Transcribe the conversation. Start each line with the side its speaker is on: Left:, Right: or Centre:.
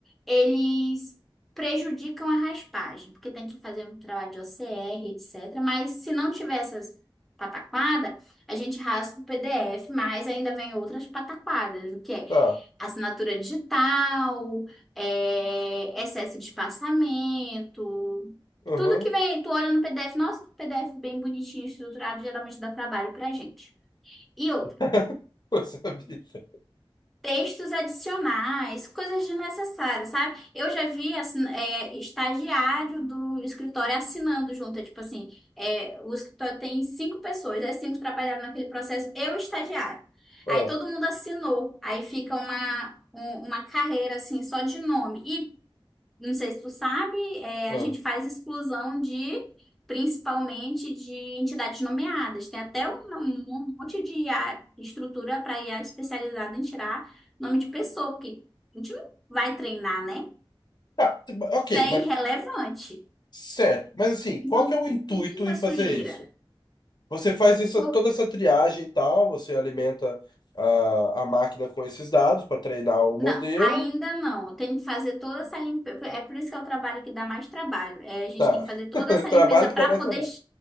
Centre: eles prejudicam a raspagem, porque tem que fazer um trabalho de OCR, etc. Mas se não tiver essas pataquadas, a gente raspa o PDF, mas ainda vem outras pataquadas, o que é
Left: Tá.
Centre: assinatura digital, é, excesso de espaçamento.
Left: Aham.
Centre: Tudo que vem, tu olha no PDF, nossa, que PDF bem bonitinho, estruturado, geralmente dá trabalho pra gente. E outra,
Left: <laughs> Coisa vida.
Centre: textos adicionais, coisas desnecessárias, sabe? Eu já vi assim, é, estagiário do escritório assinando junto, é tipo assim, é, o escritório tem cinco pessoas, as cinco trabalharam naquele processo, eu e o estagiário.
Left: Ah,
Centre: Aí todo mundo assinou, aí fica uma, um- uma carreira assim, só de nome. E não sei se tu sabe, é,
Left: ah.
Centre: a gente faz exclusão de, principalmente, de entidades nomeadas. Tem até um, um monte de IA estrutura para IA especializada em tirar nome de pessoa, porque a gente não vai treinar, né?
Left: Tá, t- ok,
Centre: Isso é
Left: mas
Centre: irrelevante.
Left: certo. Mas assim,
Centre: Então,
Left: qual que é o intuito
Centre: tudo isso
Left: em
Centre: é sujeira.
Left: fazer isso? Você faz essa,
Centre: Por
Left: toda essa triagem e tal, você alimenta a, a máquina com esses dados para treinar o
Centre: Não,
Left: modelo.
Centre: ainda não. Eu tenho que fazer toda essa limpeza. É por isso que é o trabalho que dá mais trabalho. É, a gente
Left: Tá.
Centre: tem que fazer toda
Left: <laughs>
Centre: essa
Left: Trabalho
Centre: limpeza para
Left: que dá mais
Centre: poder,
Left: trabalho.